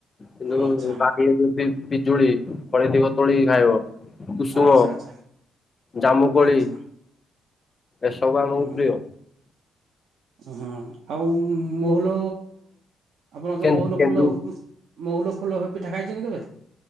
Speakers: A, on the left; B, on the right.
A: କିନ୍ତୁ
B: ଆଚ୍ଛା
A: ବାଡୀରେ ଯଦି ପିଜୁଳି ଫଳି ଥିବ ତୋଳିକି ଖାଇବ। କୁସୁମ
B: ଆଚ୍ଛା ଆଚ୍ଛା
A: ଜାମୁକୋଳି।
B: ଆଚ୍ଛା
A: ଏସବୁ ଆମକୁ
B: ହଁ
A: ପ୍ରିୟ।
B: ହଁ ଆଉ ମହୁଲ ଆପଣ ଯେଉଁ
A: କେନ୍ଦୁ
B: ମହୁଲ
A: କେନ୍ଦୁ
B: ଫୁଲ ମହୁଲ ଫୁଲ ପିଠା ଖାଇଛନ୍ତି କେବେ?